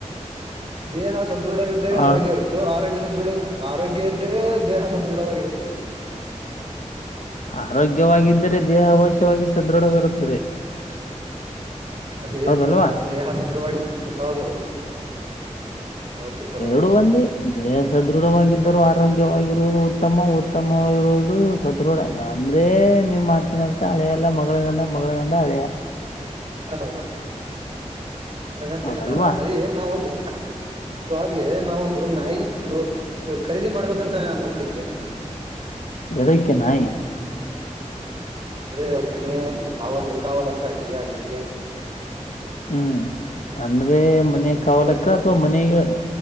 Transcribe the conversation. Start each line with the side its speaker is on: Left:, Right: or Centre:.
Right: ದೇಹ ಸದೃಢವಿದ್ದರೆ
Left: ಆ
Right: ಆರೋಗ್ಯ ಇರುತ್ತೆ ಆರೋಗ್ಯ ಸದೃಢ ಆರೋಗ್ಯ ಇದ್ದ್ರೆ ದೇಹ ಸದೃಢವಾಗಿರುತ್ತು
Left: ಆರೋಗ್ಯವಾಗಿದ್ದರೆ ದೇಹ ಅವಾಶ್ಯವಾಗಿ ಸದೃಢವಿರುತ್ತದೆ
Right: ಅದ ಏನ್
Left: ಹೌದಲ್ವಾ
Right: ದೇಹ ಸದೃವಾಗಿ ಹೌದೌದು ಹೌದು ಬರೋಬರಿ
Left: ಎರಡು ಒಂದೇ ದೇಹ ಸದೃಢವಾಗಿದ್ದರೂ
Right: ಎರಡು
Left: ಆರೋಗ್ಯವಾಗಿರುವುದು ಉತ್ತಮ ಉತ್ತಮವಾಗಿರುವುದು ಅದು ಸದೃಢ ಅಂದ್ರೆ ನಿಮ್ಮ ಮಾತಿನ ಅರ್ಥ ಅಳಿಯ ಅಲ್ಲ ಮಗಳ ಗಂಡ ಮಗಳ ಗಂಡ ಅಳಿಯ
Right: ಹೌ ಹಾಗಂತನಲ್ಲ
Left: ಹೌದಲ್ವಾ
Right: ಅದೇ ನಾವ ಒಂದು ಆಗ್ಲೇ ನಾವೊಂದು ನಾಯಿ ತ ಖರೀದಿ ಮಾಡ್ಬೇಕಂತ ಅನ್ಕೊಂಡಿದ್ದೇನೆ
Left: ಎದಕ್ಕೆ ನಾಯಿ
Right: ಅಂದ್ರೆ ಮನೆ ಕಾವಲು ಕಾವಾಲಕ್ಕಾಗಿ ಆಗ್ಲಿ
Left: ಹ್ಮ್ ಅಂದ್ರೆ ಮನೆ ಕಾವಾಲಕ್ಕ
Right: ಅದಕ್ಕ
Left: ಅಥವಾ ಮನೆಗೆ